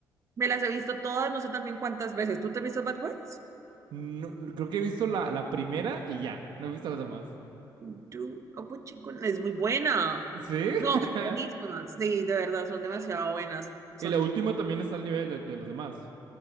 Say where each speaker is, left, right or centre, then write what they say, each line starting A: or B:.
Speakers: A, on the right; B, on the right.
A: Me las he visto todas, no sé también cuántas veces. ¿Tú te has visto Bad Boys?
B: No, no- creo que he visto la, la primera y ya. No he visto las demás.
A: Yo, Capuchino, es muy buena.
B: ¿Sí?
A: No,
B: <laughs>
A: son buenísimas. Sí, de verdad, son demasiado buenas. Son
B: Y la última también está al nivel de, de las demás.